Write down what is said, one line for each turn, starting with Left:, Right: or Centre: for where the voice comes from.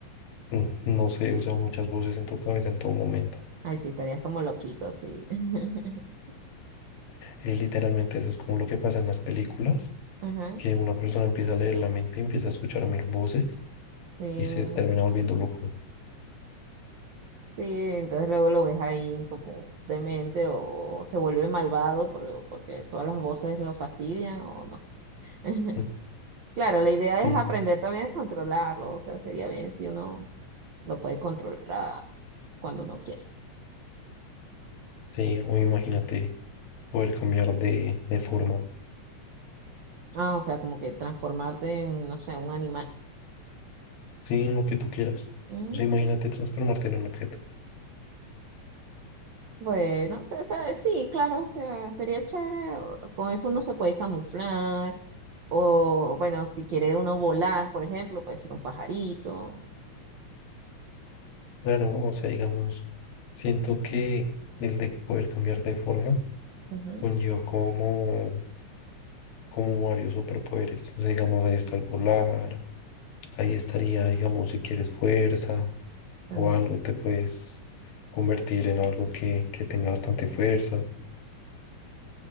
Left: mm, no sé, o sea, muchas voces en tu cabeza en todo momento.
Right: Ay, sí, estarías como loquito, así. <laughs>
Left: Y literalmente eso es como lo que pasa en las películas,
Right: Ajá,
Left: que una persona empieza a leer la mente, empieza a escuchar mil voces
Right: sí.
Left: y se termina volviendo loco.
Right: Sí, entonces luego lo ves ahí como demente o se vuelve malvado por- porque todas las voces lo fastidian o no sé. <laughs>
Left: Mm,
Right: Claro, la idea
Left: Sí,
Right: es aprender también a controlarlo, o sea, sería bien si uno lo puede controlar a- cuando uno quiera.
Left: sí, o imagínate poder cambiar de, de forma,
Right: Ah, o sea, como que transformarte en, no sé, un animal.
Left: sí, en lo que tú quieras.
Right: Mm.
Left: O sea, imagínate transformarte en un objeto.
Right: Bueno, o sea, o sea, sí, claro, o sea, sería chévere. o- Con eso uno se puede camuflar. O bueno, si quiere uno volar, por ejemplo, puede ser un pajarito.
Left: Claro, o sea, digamos, siento que el de poder cambiar de forma
Right: Ujú,
Left: conlleva como, como varios superpoderes. O sea, digamos, ahí está el volar, ahí estaría, digamos, si quieres fuerza
Right: también.
Left: o algo, te puedes convertir en algo que, que tenga bastante fuerza.